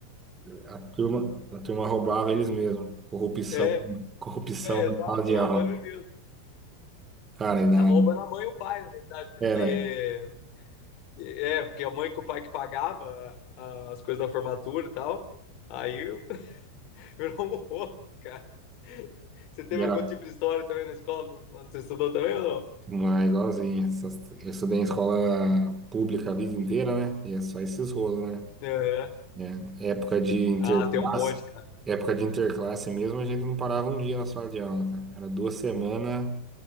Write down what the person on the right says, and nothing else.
A turma, a turma roubava eles mesmos. Corrupção,
corrupção
na
sala de
aula.
Cara, e na,
era,
e era
não é igualzinho. Essas- Eu estudei em escola pública a vida inteira, né? E é só esses rolos, né?
né? Época de interclasse,
época de interclasse mesmo, a gente não parava um dia na sala de aula, cara. Era duas semanas